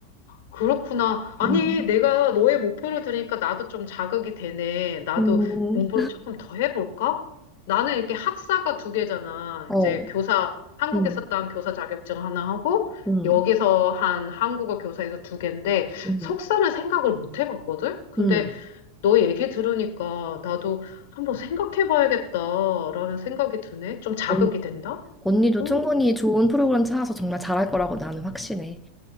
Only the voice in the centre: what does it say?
음,
음,
어,
음,
음,
음,
음.
언,
언니도
충분히 좋은 프로그램 찾아서 정말 잘할 거라고 나는 확신해.